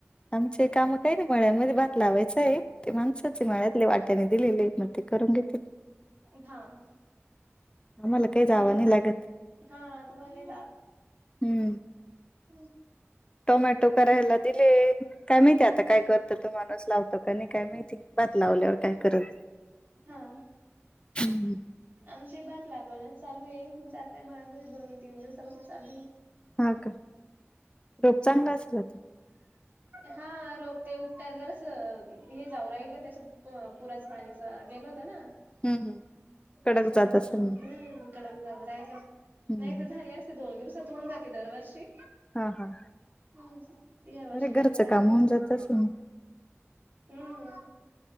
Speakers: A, on the left; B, on the right.
A: आमचे काम काही नाही, मळ्यामध्ये भात लावायचं आहे. ते माणसाचे मळ्यातले वाट्याने दिलेले आहेत ना ते करून घेते.
B: हा
A: आम्हाला काय जाव
B: तांबट
A: नाही लागत,
B: हा तुम्हाला नाही
A: हम्म
B: हो
A: टोमॅटो करायला दिले. काय माहिती आता, काय करत तो माणूस लावतो का नाही काय माहिती, भात लावल्यावर काय करल!
B: हा
A: हम् हम्म
B: आमची भात लागवणच चालूय, जाता मळ्या मध्ये दोन तीन दिवसापासून चालूय.
A: हा का, रोप चांगला असलात.
B: हा रोपते उपटायला जरासं, हे जाऊ राहिल त्याच्यात पुराच पाणीच गेल होत ना
A: हम्म हम्म कडक
B: त्याच्यामुळ
A: जात असेल
B: मग, इकड जाऊ राहिलं
A: हम्म
B: नाही
A: हम्म
B: तर झाले अस दोन दिवसात होऊन जाते, दरवर्षी
A: हा हा
B: हं यावर्षी
A: बरं
B: टाईम
A: घरचं
B: लागला
A: काम
B: असेल,
A: होऊन जात मग
B: हम्